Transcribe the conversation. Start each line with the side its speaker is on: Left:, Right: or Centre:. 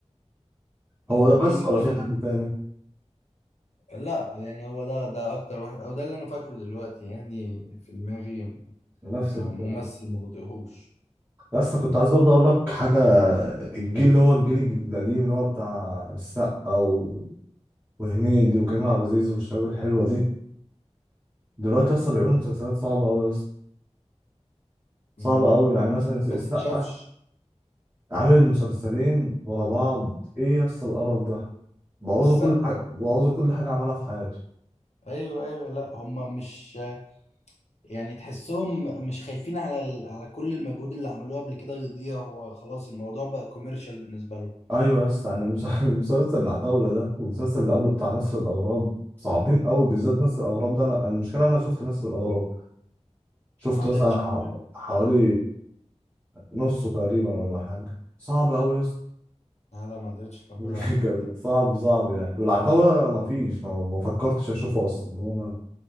Right: هو
Left: طب
Right: ده بس
Left: مين
Right: ولا
Left: تاني
Right: في حد تاني
Left: لا يعني هو ده ده اكتر واحد او ده اللي انا فاكره دلوقتي يعني في دماغي
Right: نفس
Left: ما
Right: الكلام
Left: ممثل ما بطيقهوش
Right: بس كنت عايز برضه اقول لك حاجه الجيل اللي هو الجيل الجد- القديم اللي هو بتاع السقا و... وهنيدي وكريم عبد العزيز والشباب الحلوه دي دلوقتي اصلا بيعملوا مسلسلات صعبه قوي صعبة
Left: م-
Right: أوي يعني
Left: ما
Right: مثلا السقا
Left: ما تتشافش
Right: عامل مسلسلين ورا بعض إيه يا اسطى القرف ده بوظوا
Left: السقا
Right: كل حاجة بوظوا كل حاجة عملها في حياته
Left: ايوه ايوه لا هم مش يعني تحسهم مش خايفين على ال... على كل المجهود اللي عملوه قبل كده يضيع هو خلاص الموضوع بقى كوميرشال بالنسبه له
Right: أيوة يا اسطى يعني المس- <laughs> مسلسل العتاولة ده والمسلسل اللي قبله بتاع نسر الأغراب صعبين أوي بالذات نسر الأغراب ده أنا المشكلة أنا شفت نسر الأغراب شفت
Left: انا ما قدرتش
Right: مثلا ح-
Left: اكمله
Right: حوالي نصه تقريبا ولا حاجة صعب أوي يا اسطى
Left: لا لا ما قدرتش اكمله
Right: <laughs> كان-
Left: يا عم
Right: كان
Left: انت
Right: صعب صعب يعني والعتاولة مفيش ما ما فكرتش أشوفه أصلا هو